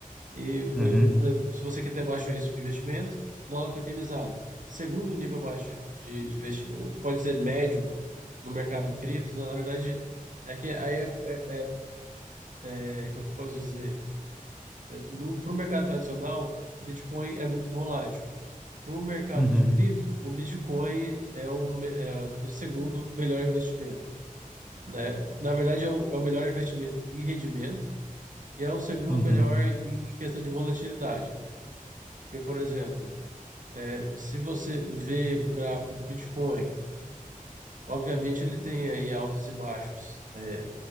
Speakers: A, on the right; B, in the centre.
A: E eh,
B: Uhum,
A: pra- se você quer ter baixo risco de investimento, dólar tokenizado. Segundo nível baixo de, de investimento, pode ser médio no mercado cripto, na, na verdade, é que aí é, é- é, como é que eu posso dizer? É, no, para o mercado tradicional, Bitcoin é muito volátil. Para o mercado
B: uhum,
A: de cripto, o Bitcoin é o, me- é o segundo melhor investimento, né? Na verdade, é o, é o melhor investimento em rendimento e é o segundo
B: uhum.
A: melhor em questão de volatilidade. Porque, por exemplo, É, Se você vê o gráfico do Bitcoin, obviamente ele tem aí altos e baixos é,